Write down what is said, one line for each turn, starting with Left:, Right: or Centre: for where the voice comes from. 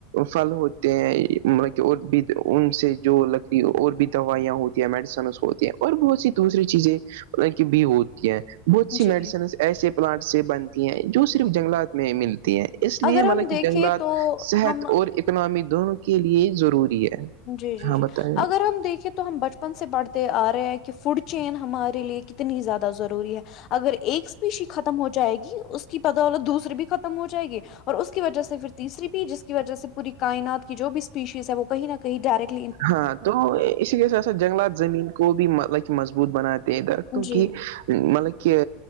Right: پھل ہوتے ہیں مطلب کہ اور بھی ان سے جو اور بھی دوائیاں ہوتی میڈیسن اس کو ہوتی ہیں اور بہت سی دوسری چیزیں کی بھی ہوتی ہیں بہت سی
Left: جی
Right: میڈیسن ایسے پلانٹ سے بنتی ہیں جو صرف جنگلات میں ملتی ہیں اس لیے
Left: اگر
Right: مطلب
Left: ہم دیکھیں
Right: کہ جنگلات
Left: تو
Right: صحت
Left: ہم
Right: اور اکنامی دونوں کے لیے ضروری ہے
Left: جی جی
Right: ہاں
Left: جی
Right: بتائیے
Left: اگر ہم دیکھے تو تو ہم بچپن سے پڑھتے آ رہے ہیں کہ فوڈ چین ہمارے لیے کتنی زیادہ ضروری ہے اگر ایک اسپیشی ختم ہو جائے گی اس کی پتہ ہوو دوسرے بھی ختم ہو جائے گی اس کی وجہ سے پھر تیسری بھی جس کی وجہ سے پوری کائنات کی جو بھی اسپیشیز ہے وہ کہیں نہ کہئی ڈائریکٹ
Right: ہاں تو اسی کیس ایسا جنگلات زمین تو بھی مطلب کہ مضبوط بناتے ہیں درختوں
Left: جی
Right: کی مطلب کہ